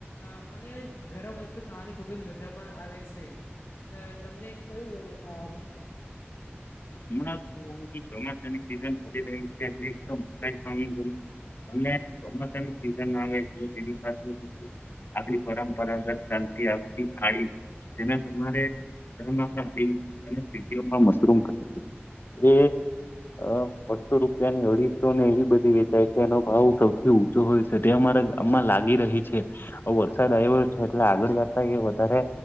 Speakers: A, on the left (about 75°); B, on the left (about 55°).
A: અ અને ગરમ વસ્તુ ખાવાની ખુબ જ મજા પણ આવે છે. તમને કયું ગમે ખાવાનુ?
B: હમણાં તો ચોમાસાની સિઝન ચાલી રહી છે. એકદમ કઈ ખાવાનુ ગમે અને ચોમાસાની સિઝન આવે એટલે તેની સાથે આપરી પરંપરાગત ચાલતી આવતી ખારી જેના તમારે <unintelligible> મશરૂમ એ. અ બસ્સો રૂપિયાની અઢીસોને એવી બધી વેચાય છે એનો ભાવ સૌથી ઉ ચો હોય છે, તે અમારા ગામમાં લાગી રહી છે. વરસાદ આયવો છે, એટલે આગળ જતા એ વધારે